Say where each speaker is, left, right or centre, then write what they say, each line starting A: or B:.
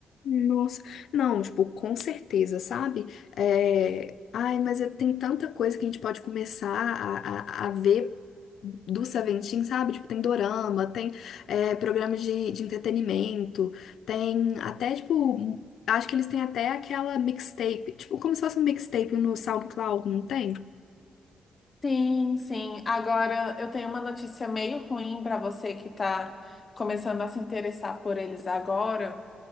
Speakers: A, on the left; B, on the left.
A: Nossa, não, tipo, com certeza, sabe? É, Ai, mas é- tem tanta coisa que a gente pode começar a, a, a ver do Seventeen, sabe? Tipo, tem dorama, tem é, programas de, de entretenimento, tem até, tipo, acho que eles têm até aquela mixtape, tipo, como se fosse um mixtape no SoundCloud, não tem?
B: Sim, sim. Agora, eu tenho uma notícia meio ruim para você que está começando a se interessar por eles agora.